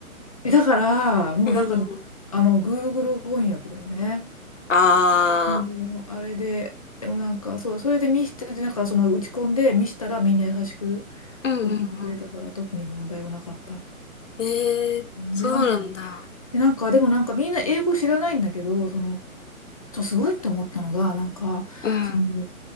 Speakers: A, on the left; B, on the left.
A: え、だから、もうだから、
B: うん、うん、
A: あの、Google 翻訳だよね。
B: <laughs>
A: もうあれで、
B: ああ
A: でもなんか、そう、それで見して、なんかその打ち込んで見したらみんな優しく
B: うん、
A: 教えてくれたから特に問題はなかった。
B: うん、ー、ええー、
A: で、
B: そうなんだ。
A: なんか、で、なんか、でもなんかみんな英語知らないんだけど、その、そう、すごいと思ったのが、なんか、
B: うん。
A: その、